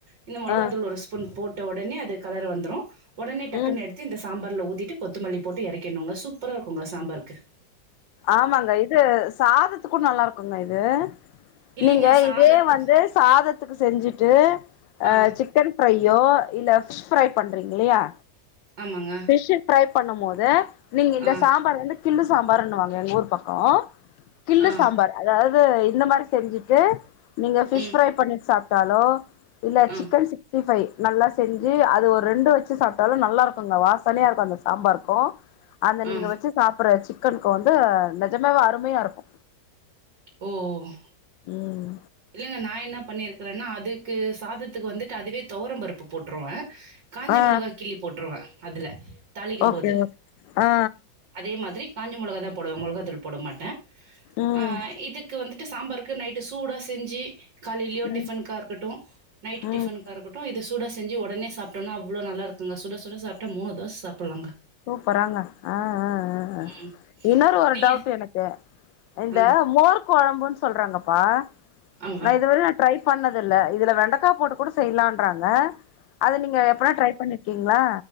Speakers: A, on the right; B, on the left.
A: இந்த மொளகா
B: ஆ
A: தூள் ஒரு ஸ்ப் பூன் போட்ட ஒடனே அது கலர் வந்துறு ஒடனே டக்குன்னு
B: ம்
A: எடுத் து இந்த சாம்பார்ல ஊத்திட்டு கொத்தமல்லி போட்டு எறக்கிற்ணுங்க சூப்பரா இருக்குங்க சாம்பார்க்கு
B: ஆமாங்க இது சாதத்துக்கு நல்லா இருக்குங்க இது
A: இல்லைங்க
B: நீங்க
A: சாதத்துக்கு
B: இதே வந்து சாதத்துக்கு செஞ்சுட்டு
A: ஆ
B: அ சிக்கன் ஃப்ரையோ இல்ல ஃபிஷ் ஃப்ரை பண்றீங்க இல்லயா
A: ஆமாங்க
B: ஃபிஷு ஃப்ரை பண்ணும் போது நீங்க இந்த
A: ஆ
B: சாம்பார் வந்து கிள்ளு சாம்பார்ன்னுவாங்க எங்க ஊர் பக்கோ கிள்ளு
A: ஆ
B: சாம்பார் அதாவது இந்த மாரி செஞ்சிட்டு நீங்க ஃபிஷ்
A: ம்
B: ஃப்ரை பண்ணி சாப் டாலோ இல்ல
A: ஆ
B: சிக்கன் சிக்ஸ்டி ஃபை நல்லா செஞ்சு அது ஒரு ரெண்டு வச்சு சாப்ட்டாலோ நல்லா இருக்கு வாசனையா இருக்கு அந்த சாம்பாருக்கு அந்த நீங்க
A: ஆ
B: வச்சு சாப்பிடுற சிக் கனுக்கு வந்து நெஜமாவே அருமையா இருக்கு
A: ம்
B: ம்
A: இல்லைங்க நா என்ன பண்ணிருக்குறேன்னா அதுக்கு சாதத்துக்கு வந்துட்டு அதுவே தொவரம் பருப்பு போட்ருவே காஞ்ச
B: ஆ
A: மொளகா கிள்ளி போட்டுருவே அதுல தாளிக்கும்போது
B: ஓகே ஓகே ஆ
A: அதே மாரி காஞ்ச மொளகாதா போடுவே மொளகாத்தூள் போட மாட்டே,
B: ம்
A: ஆ இதுக்கு வந்து ட்டு சாம்பாருக்கு நைட்டு சூடா செஞ்சி காலையிலயோ
B: ம்
A: டிஃபனுக்கா இருக்கட்டு நைட்டு
B: ம்
A: டிஃபனுக்கா இருக்கட்டு இது சூட செஞ்சி ஒடனே சாப்ட்டோனா அவ்ளோ நல்லாருக்குங்க சுட சுட சாப்ட்டா மூணு தோச சாப்புட்லாங்க
B: சூப்பராங்க ஆ ஆ ஆ
A: ம்
B: இன்னொரு ஒரு
A: நீங்கள்
B: டவுட் எனக்கு இந்த
A: ஆ
B: மோர் கொழம்புன்னு சொல்றாங்கப்பா
A: ஆமாம்
B: நா இதுவரையு ட்ரை பண்ணது இல்ல இதுல வெண்டக்கா போட்டு கூட செய்லான்றாங்க அது நீங்க எப்பனா ட்ரை பண்ணிருக்கீங்ளா